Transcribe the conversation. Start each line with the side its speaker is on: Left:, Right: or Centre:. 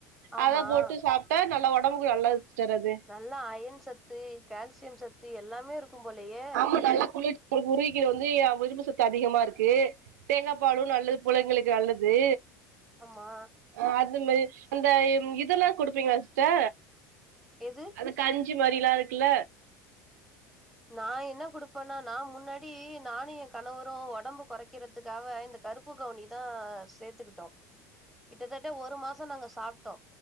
Centre: ஆமா.
Right: அத போட்டு சாப்ட்டா நல்ல ஒடம்புக்கு நல்லது சிஸ்டர் அது
Centre: நல்லா அயன் சத்து கால்சியம் சத்து எல்லாமே இருக்கு கும் போலயே
Right: ஆமா நல்லா குளி முருங்கை கீர வந்து இரும்பு சத்து அதிகமா இருக்கு தேங்காப்பாலும் நல்லது புள்ளைங்களுக்கு நல்லது
Centre: ஆம்மா
Right: அ அது மே அந்த இதெல்லா குடுப்பீங்ளா சிஸ்ட
Centre: எது
Right: அந்த கஞ்சி மாரிலா இருக்குல்ல
Centre: நா என்ன குடுப்பன்னா நா முன்னாடி நானு எ கணவரு ஒடம்பு கொறைக்கிறதுக்காவ இந்த கருப் பு கவுனிதா சேத்துக்கிட்டோ கிட்டத்தட்ட ஒரு மாசோ நாங்க சாப்டோ